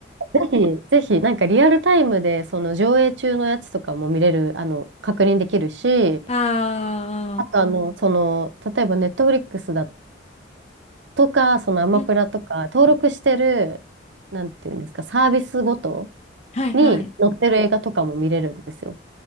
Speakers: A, on the right (about 75°); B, on the left (about 35°).
A: ぜひ、ぜひ、なんかリアルタイムで、その上映中のやつとかも見れる、あの、確認できるし、
B: <laughs> あ
A: あと、あの、その、例えばネットフリックスだとか、そのアマプラとか、
B: ー、うん、
A: 登録してる、なんていうんですか、サービスごと
B: はいはい。
A: に載ってる映画とかも見れるんですよ。